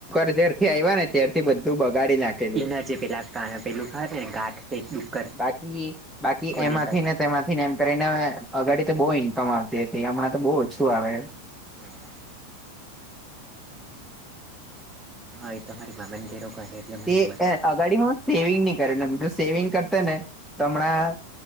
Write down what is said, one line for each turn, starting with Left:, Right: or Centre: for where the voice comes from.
Centre: ર જેારથી આવ ને ત્યારથી બધું બગાડી નાખે પેલું,
Right: એના જે પેલા પેલું ખબર ને ગાંઠ તે ડુક્કર
Centre: બાકી બાકી
Right: ખોદી
Centre: એમાંથીને
Right: કાઢે
Centre: તેમાંથી ને એમ કરીને અગાડી તો બહુ ઇન્કમ આવતી હતી, હમણાં તો બહુ ઓછું આવે.
Right: હા હા એ તમારી મામાન ઘેરો કરે એટલે મને
Centre: તે
Right: ખબર છે.
Centre: અગાડી હું સેવિંગ ની કરે તો સેવિંગ કરતા ને હમણાં